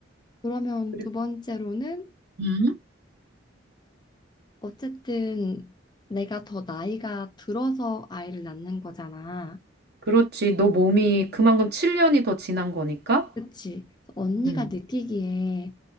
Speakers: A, on the left (about 25°); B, on the right (about 55°).
A: 그러면
B: 그리-
A: 두 번째로는
B: 음.
A: 어쨌든 내가 더 나이가 들어서 아이를 낳는 거잖아.
B: 그렇지. 너 몸이 그만큼 7년이 더 지난 거니까.
A: 그치. 그래서 언니가
B: 음.
A: 느끼기에